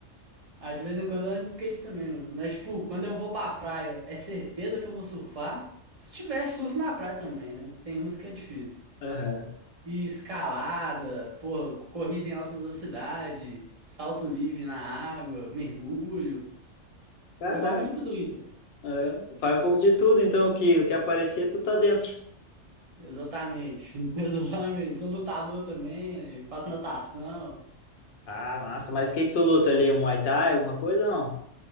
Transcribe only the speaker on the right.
Ah, de vez em quando eu ando de skate também, mano. Mas, tipo, quando eu vou pra praia, é certeza que eu vou surfar? Se tiver surf na praia também, né? Tem umas que é difícil.
E escalada, porra, corrida em alta velocidade, salto livre na água, mergulho.
Um negócio muito doido.
Exatamente. <laughs> Exatamente. Sou lutador também, né? Faço natação,